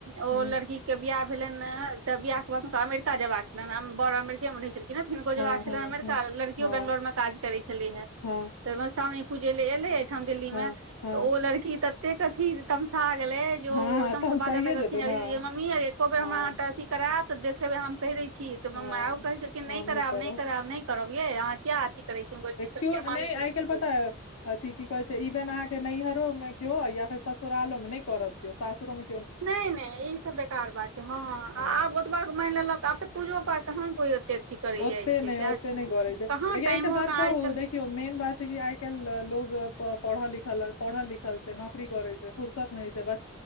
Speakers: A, on the right; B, on the left.
A: औ
B: ह
A: लड़की के बियाह भेलनि ने तऽ बियाह के बाद हुनका अमेरिका जाया केछलेन पहले अमेरिके मे रहै छलखीन हिनको
B: हँ
A: जेबाक छलनि
B: हँ
A: अमेरिका
B: हँ
A: लड़कियो
B: हँ
A: बेंगलोर में काज करे छली है
B: हँ
A: <inaudible> ते सा पूजे ले एले अइ ठाम दिल्ली
B: हँ
A: मे
B: हँ
A: ओ लड़की तत्ते अथी तमसा गेले जो
B: हाँ,
A: एकदम
B: तऽ
A: से
B: हम
A: बाजऽ
B: सहिए
A: लगलखिन
B: जेतै ने
A: मम्मीयैय एको बेर
B: हाँ
A: हमरा ट अथी करायब त देख लेबै हम कहि दै छी तै
B: हाँ
A: पर माएओ कहि छलखिन्ह
B: हम
A: नहि करायब
B: करब
A: नहि करायब नहि करब यै अहाँ किया अथी करय छी छलखिन
B: क्यो
A: मामी
B: नै
A: छलखिन
B: आइ काल्ह
A: कि
B: पताय अथि की कहे छैय ईबेन अहाँ के नैहरो में के या फेर ससुरालो में नहि करत केओ सासुरो में।
A: नहि नहि इ सब बेकार बात छै हँ
B: हाँ
A: आब ओत प मानि लेलक आबऽ पूजो पाठ कहाँ कोइते अथी करै
B: ओते
A: जाइत छै
B: नहि
A: सएह
B: ओते
A: छै
B: नहि
A: ने
B: करै छै
A: कहाँ
B: लेकिन
A: टाइमो
B: एकटा बात
A: के
B: कहू
A: आइ कल्हि
B: मेन बात छै कि आइ काल्ह लोग पढ़ लिख पढ़ लि छै नौकरी करै छै फुरसत नहि होय छै ब